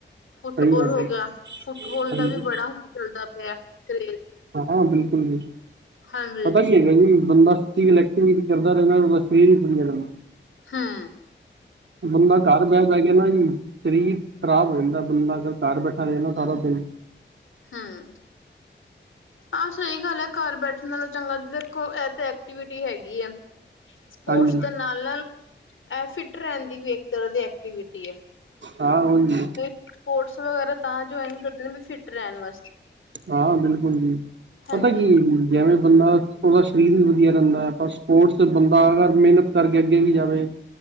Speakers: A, on the right; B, on the left.
A: ਸਹੀ
B: ਫੁੱਟਬੋਲ
A: ਗੱਲ
B: ਹੋ
A: ਹੈ
B: ਗੇਆ, ਫੁੱਟਬੋਲ
A: ਹਾਂਜੀ
B: ਦਾ ਵੀ ਬੜਾ ਹੁਣ ਚੱਲਦਾ ਪੇਆ ਕਰੇਜ਼।
A: ਹਾਂ -ਹਾਂ ਬਿਲਕੁਲ ਜੀ,
B: ਹਾਂਜੀ
A: ਪਤਾ ਕੀ ਹੈਗਾ ਜੀ ਬੰਦਾ ਫਿਜੀਕਲ ਐਕਟੀਵਿਟੀ ਕਰਦਾ ਰਵੇ ਨਾ <unintelligible>
B: ਹਾਂ।
A: ਬੰਦਾ ਘਰ ਬੈ-ਬੈ ਕੇ ਨਾ ਜੀ ਸਰੀਰ ਖ਼ਰਾਬ ਹੋ ਜਾਂਦਾ ਬੰਦਾ ਅਗਰ ਘਰ ਬੈਠਾ ਰਏ ਨਾ ਸਾਰਾ ਦਿਨ
B: ਹੂੰ, ਆ ਸਈ ਗੱਲ ਐ ਘਰ ਬੈਠਣ ਨਾਲੋ ਚੰਗਾ ਦੇਖੋ ਐ ਤੇ ਐਕਟੀਵਿਟੀ ਹੈਗੀ ਆ, ਸਪੋਰਟਸ
A: ਹਾਂਜੀ
B: ਦੇ ਨਾਲ-ਨਾਲ ਐ ਫਿੱਟ ਰੈਂਦੀ ਵੀ ਇੱਕ ਤਰਾਂ ਦੀ ਐਕਟੀਵਿਟੀ ਐ।
A: <unintelligible>
B: ਸਪੋਰਟਸ ਵਗੈਰਾ ਤਾਂ ਜੋੁਆਇਨ ਕਰਦੇ ਨੇ ਵੀ ਫਿਟ ਰੈਣ ਵਾਸਤੇ।
A: ਹਾਂ ਬਿਲਕੁਲ ਜੀ,
B: ਹਾਂਜੀ
A: ਪਤਾ ਕੀ ਜਿਵੇਂ ਬੰਦਾ ਓਦਾ ਸਰੀਰ ਵੀ ਵਧੀਆ ਰੈਂਦਾ ਐ ਪਰ ਸਪੋਰਟਸ ਬੰਦਾ ਅਗਰ ਮਿਹਨਤ ਕਰਕੇ ਅੱਗੇ ਵੀ ਜਾਵੇ